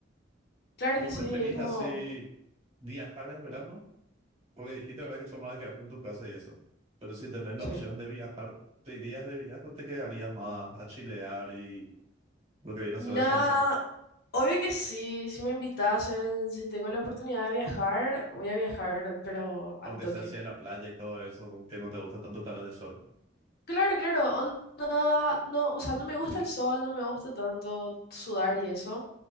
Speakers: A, on the left; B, on the right.
A: Claro
B: ¿Vos
A: que sí,
B: preferís
A: es como...
B: así viajar en verano?
A: Ujú,
B: Porque dijiste ahora que son más de quedarte en tu casa y eso. Pero si tenés la
A: Sí.
B: opción de viajar, ¿te irías de viaje o te quedarías más a chilear y lo que viene
A: No,
B: a ser descansar?
A: Obvio que sí, si me invitasen, si tengo la oportunidad de viajar, voy a viajar, pero al
B: Aunque
A: toque.
B: sea así en la playa y todo eso, aunque no te gusta tanto estar en el sol.
A: Claro, claro, onda, no, o sea, no me gusta el sol, no me gusta tanto sudar y eso,